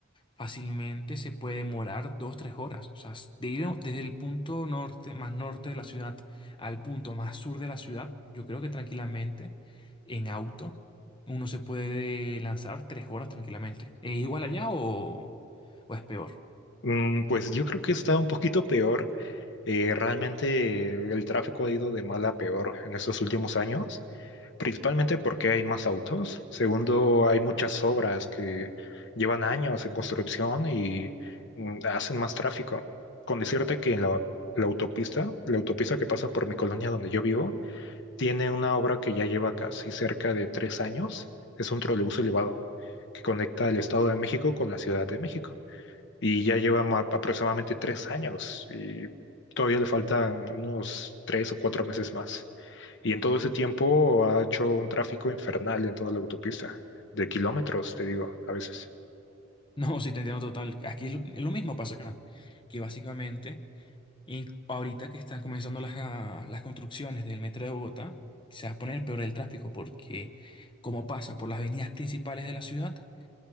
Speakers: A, on the left; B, on the left.
A: Fácilmente se puede demorar dos, tres horas. O sea, de ir a- desde el punto norte, más norte de la ciudad al punto más sur de la ciudad, yo creo que tranquilamente, en auto, uno se puede lanzar tres horas tranquilamente. ¿Es igual allá o, o es peor? <laughs>
B: Mm, pues yo creo que está un poquito peor Eh, realmente el tráfico ha ido de mal a peor en estos últimos años, principalmente porque hay más autos. Segundo, hay muchas obras que llevan años en construcción y mm, hacen más tráfico. Con decirte que en la, la autopista, la autopista que pasa por mi colonia donde yo vivo, tiene una obra que ya lleva casi cerca de tres años. Es un trolebús elevado que conecta el Estado de México con la Ciudad de México y ya lleva ma- aproximadamente tres años y todavía le faltan unos tres o cuatro meses más. Y en todo ese tiempo ha hecho un tráfico infernal en toda la autopista, de kilómetros, te digo, a veces.
A: No, si te entiendo total. Aquí es lo es lo mismo pasa acá. Que básicamente, y ahorita que están comenzando las, ah, las construcciones del metro de Bogotá, se va a poner peor el tráfico porque como pasa por las avenidas principales de la ciudad,